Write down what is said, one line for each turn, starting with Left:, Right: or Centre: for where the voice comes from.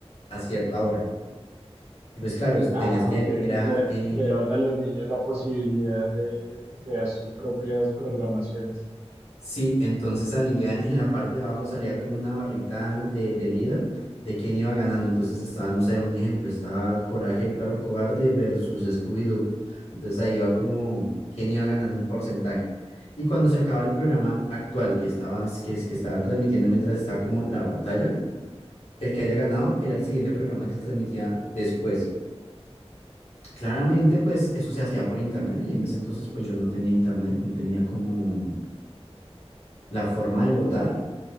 Left: a cierta hora. Y pues claro, es-
Right: Ah,
Left: tenías que,
Right: ok. Le,
Left: era, eh,
Right: le dan a los niños la posibilidad de de crear sus propias programaciones.
Left: sí, entonces salía en la parte de abajo, salía como una barrita de, de vida de quién iba ganando. Entonces estaba, no sé, un ejemplo, estaba Coraje el perro cobarde versus Scooby-Doo. Entonces ahí iba como quién iba ganando en porcentaje. Y cuando se acaba el programa actual que estaba, que, es- que estaba transmitiendo mientras estaba como la batalla, el que haya ganado era el siguiente programa que se transmitía después. Claramente, pues eso se hacía por internet y en ese entonces pues yo no tenía internet, no tenía como la forma de votar,